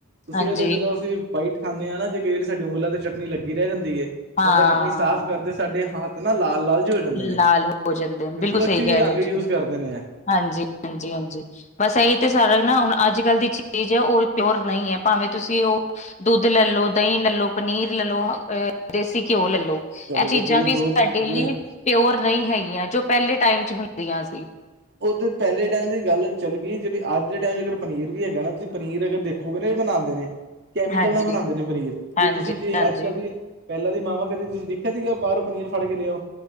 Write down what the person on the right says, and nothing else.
ਤੁਸੀ
ਯਦੇ ਜਦੋਂ ਅਸੀ ਬਾਈਟ ਖਾਣੇ ਆਂ ਨਾ ਜੇ ਕਈ ਵਾਰੀ ਸਾਡੀ ਉਂਗਲਾਂ ਤੇ ਚਟਨੀ ਲੱਗੀ ਰੈ ਜਾਂਦੀ ਏ
ਤੇ ਆਪਾਂ ਚਟਨੀ ਸਾਫ਼ ਕਰਦੇ ਸਾਡੇ ਹੱਥ ਨਾ ਲਾਲ-ਲਾਲ ਜੇ ਹੋ ਜਾਂਦੇ ਨੇ
ਕਿਉਂਕਿ
ਉਹ
'ਚ
ਵੀ ਰੰਗ
ਯੂਜ
ਕਰਦੇ ਨੇ
ਚਲੋ
ਦੇਖੋ ਜੀ
ਦੋ
ਜੇ
ਓ ਤੇ ਪੈਲੇ ਟਾਈਮ ਦੀ ਗੱਲ ਚੱਲ ਗੀ ਜੜੀ ਆੱਜ ਦੇ ਟਾਈਮ ਅਗਰ ਪਨੀਰ ਵੀ ਹੈਗਾ ਨਾ ਤੁਸੀ ਪਨੀਰ ਅਗਰ ਦੇ ਖੋਗੇ ਨਾ ਯੋ ਬਨਾਂਦੇ ਨੇ ਕੈਮੀਕਲ
ਨਾਲ ਬਨਾਂਦੇ ਨੇ ਪਨੀਰ।
ਜੇ ਤੁਸੀ ਜੇ
ਆੱਜ-ਕਾੱਲ ਦੀ ਪੈਲਾਂ ਦੀ ਮਾਵਾਂ ਕਦੀ ਤੁਸੀ ਵੇਖੀਆਂ ਸੀਗਾਆਂ ਬਾਰੋਂ ਪਨੀਰ ਫੜ ਕੇ ਲਿਆਓ।